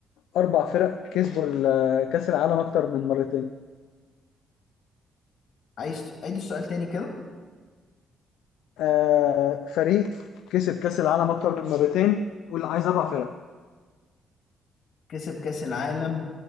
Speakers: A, on the left; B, on the left.
A: أربع فرق كسبوا ال- كأس العالم أكتر من مرتين
B: عايز ت- عيد السؤال تاني كده
A: آه، فريق كسب كأس العالم أكتر من مرتين قول عايز أربع فرق
B: كسب كاس العالم